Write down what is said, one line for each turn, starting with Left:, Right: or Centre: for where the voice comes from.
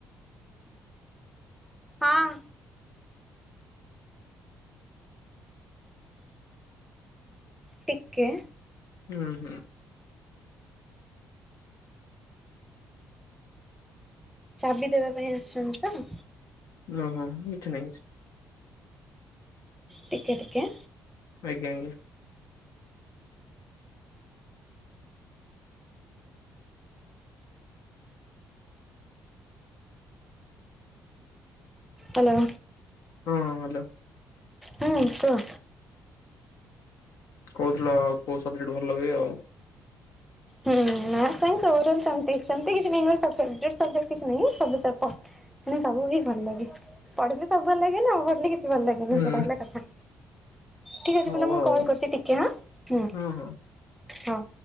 Centre: ହଁ। ଟିକେ।
Left: ଉଁ ହୁଁ।
Centre: ଚାବି ଦେବା ପାଇଁ ଆସଚନ୍ତି ତ।
Left: ଓହୋ କିଛି ନାଁ କିଛି।
Centre: ଟିକେ ଟିକେ।
Left: ଆଜ୍ଞା ଙ୍ଗେ
Centre: ହାଲୋ।
Left: ହଁ ହାଲୋ।
Centre: ହୁଁ କୁହ।
Left: କୋହୁଥୁଲ କୋଉ ସବଜେକ୍ଟ୍ ଭଲ ହୁଏ ଆଉ।
Centre: ହୁଁ ନାଁ କାଇଁ ସବୁ ରାଲ୍ ସେମତି। ସେମତି କିଛି ନାଇଁ ମୋର ସ ଫେବରେଟ୍ ସବଜେକ୍ଟ କିଛି ନାଇଁ। ସବୁ ସ ପ ନାଇଁ ସବୁ କି ଭଲ ଲାଗେ। ପଢ଼ିଲେ ସବୁ ଭଲ ଲାଗେ ନପଢି଼ଲେ କି ଇ ଭଲ ଲାଗେନି
Left: ହୁଁ
Centre: ସେଇଟା ହେଲା କଥା। ଠିକ୍ ଅଛି
Left: ହଉ
Centre: ମୁଁ ତମୁ
Left: ଆଉ
Centre: କଲ୍ କରୁଚି ଟିକେ ହାଁ ହୁଁ।
Left: ହଁ ହଁ।
Centre: ହଁ।